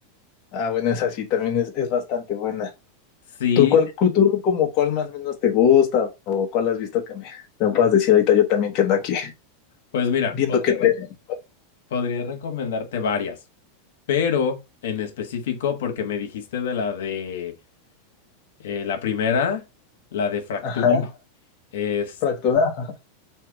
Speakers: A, on the left; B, on the left.
A: Ah, bueno, esa sí, también es, es bastante buena.
B: Sí,
A: ¿Tú, cuál, cu- tú como cuál más o menos te gusta o cuál has visto que me, que me puedas decir ahorita yo también que ando aquí
B: pues mira,
A: viendo
B: podría,
A: que te...
B: podría recomendarte varias, pero en específico porque me dijiste de la de Eh, la primera, la de fractura,
A: Ajá,
B: es,
A: fractura. ajá.